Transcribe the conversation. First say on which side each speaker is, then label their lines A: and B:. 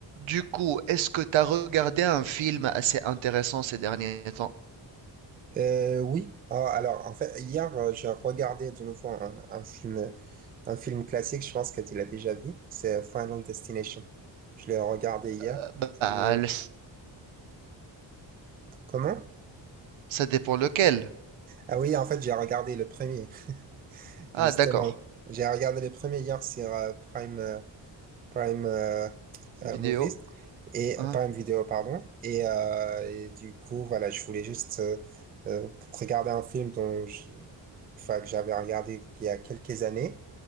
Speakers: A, on the right; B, on the right.
A: Du coup, est-ce que tu as regardé un film assez intéressant ces derniers temps?
B: Euh, oui, Ah, alors en fait hier euh, j'ai regardé de nouveau un, un film un film classique, je pense que tu l'as déjà vu, c'est Final Destination. Je l'ai regardé hier.
A: Euh, Bah,
B: Et
A: le-
B: comment?
A: ça dépend lequel.
B: Ah oui, en fait j'ai regardé le premier, <laughs>
A: Ah,
B: justement.
A: d'accord.
B: J'ai regardé le premier hier sur euh, Prime euh, Prime euh,
A: Vidéo.
B: euh, Movies et
A: hein.
B: euh, Prime Video, pardon. Et, euh, et du coup, voilà, je voulais juste euh, euh, regarder un film dont je- enfin, que j'avais regardé il y a quelques années